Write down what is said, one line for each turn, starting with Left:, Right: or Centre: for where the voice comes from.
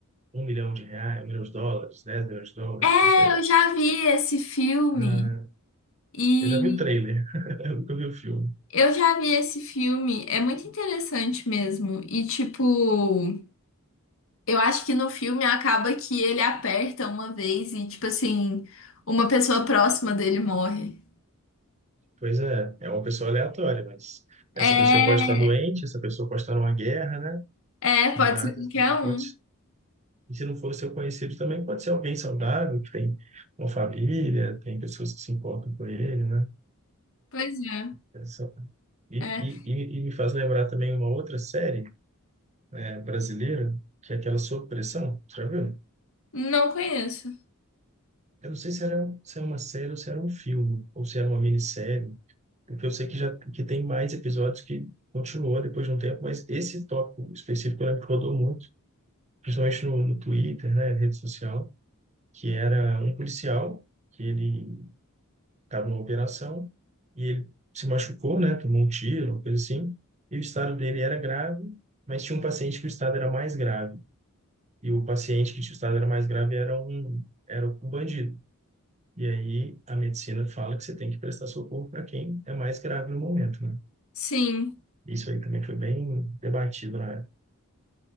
Right: um milhão de reais, um milhão de dólares, dez milhões de dólares,
Left: é,
Right: não sei.
Left: eu já vi esse filme
Right: Ah,
Left: e
Right: eu já vi o trailer, <laughs> eu nunca vi o filme.
Left: eu já vi esse filme, é muito interessante mesmo. E tipo, eu acho que no filme acaba que ele aperta uma vez e tipo assim, uma pessoa próxima dele morre.
Right: Pois é, é uma pessoa aleatória, mas essa
Left: É,
Right: pessoa pode estar doente, essa pessoa pode estar numa guerra, né?
Left: é, pode
Right: Mas
Left: ser qualquer
Right: essa pessoa
Left: um.
Right: pode, e se não for seu conhecido, também pode ser alguém saudável, que tem uma família, tem pessoas que se importam com ele, né?
Left: Pois é,
Right: Essa- E,
Left: é.
Right: e, e e me faz lembrar também uma outra série eh, brasileira, que é aquela Sob Pressão, você já viu?
Left: Não conheço.
Right: Eu não sei se era, um- se é uma série ou se era um filme, ou se era uma minissérie, Porque eu sei que já que tem mais episódios que continuou depois de um tempo, mas esse tópico específico eu lembro que rodou muito, principalmente no, no Twitter, né, rede social, que era um policial que ele estava numa operação e ele se machucou, né, tomou um tiro, uma coisa assim, e o estado dele era grave, mas tinha um paciente que o estado era mais grave, e o paciente que o estado era mais grave era um era um bandido. E aí a medicina fala que você tem que prestar socorro para quem é mais grave no momento, né?
Left: Sim.
Right: Isso aí também foi bem debatido na época.